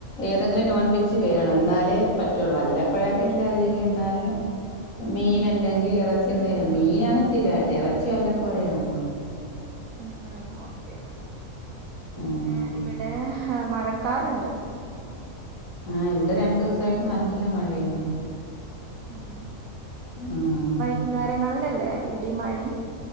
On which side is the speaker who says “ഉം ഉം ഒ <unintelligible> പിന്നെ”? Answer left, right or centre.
Right